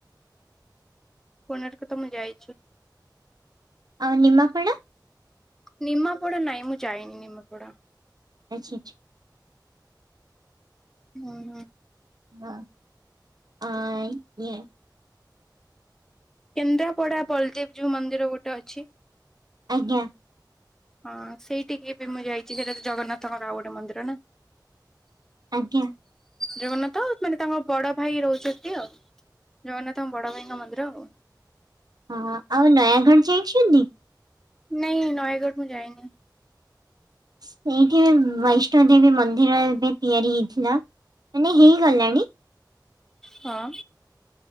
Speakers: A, in the centre; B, on the right.
A: କୋଣାର୍କ ତ ମୁଁ ଯାଇଛି
B: ଆଉ ନିମାପଡ଼ା
A: ନିମା ପୋଡା ନାଇଁ ମୁଁ ଯାଇନି ନିମାପଡା
B: ଆଛା
A: ହୁଁ ହୁଁ
B: ହଁ
A: କେନ୍ଦ୍ରାପଡ଼ା ବଲଦେବଜଉ ମନ୍ଦିର ଗୋଟେ ଅଛି
B: ଆଜ୍ଞା
A: ହଁ ସେଇଠିକି ବି ମୁଁ ଯାଇଛି ସେଇଟା ତ ଜଗନ୍ନାଥଙ୍କ ଆଉ ଗୋଟେ ମନ୍ଦିର ନା
B: ଆଜ୍ଞା
A: ଜଗନ୍ନାଥ ଆଉ ମାନେ ତାଙ୍କ ବଡ ଭାଇ ରହୁଛନ୍ତି ଆଉ ଜଗନ୍ନାଥଙ୍କ ବଡ଼ ଭାଇଙ୍କ ମନ୍ଦିର ଆଉ
B: ହଁ ଆଉ ନୟାଗଡ଼ ଯାଇଛନ୍ତି
A: ନାଇଁ ନୟାଗଡ଼ ମୁଁ ଯାଇନି
B: ସେଇଠି ବୈଷ୍ଣୋ ଦେବୀ ମନ୍ଦିର ଏବେ ତିଆରି ହେଇଥିଲା ମାନେ ହେଇଗଲାଣି
A: ହଁ